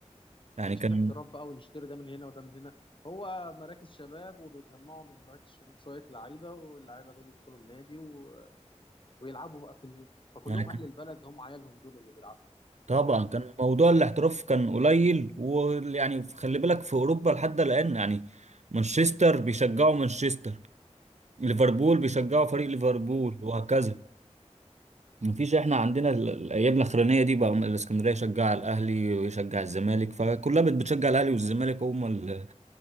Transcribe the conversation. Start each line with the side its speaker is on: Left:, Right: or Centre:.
Right: يعني
Left: ما كانش
Right: كان
Left: فيه احتراف بقى ونشتري ده من هنا وده من هنا هو مراكز شباب وبيجمعوا من مراكز شباب شويه لعيبه واللعيبه دول يدخلوا النادي و... ويلعبوا بقى في النادي فكلهم
Right: يعني
Left: اهل البلد هم عيالهم دول اللي بيلعبوا
Right: طبعا
Left: واهاليهم
Right: كان موضوع الاحتراف كان قليل ويعني خلي بالك في اوروبا لحد الان يعني مانشستر بيشجعوا مانشستر ليفربول بيشجعوا فريق ليفربول
Left: مم.
Right: وهكذا مفيش احنا عندنا ال- الايام الاخرانيه دي بقى الاسكندريه يشجع الاهلي ويشجع الزمالك فكلها بت- بتشجع الاهلي والزمالك هم اللي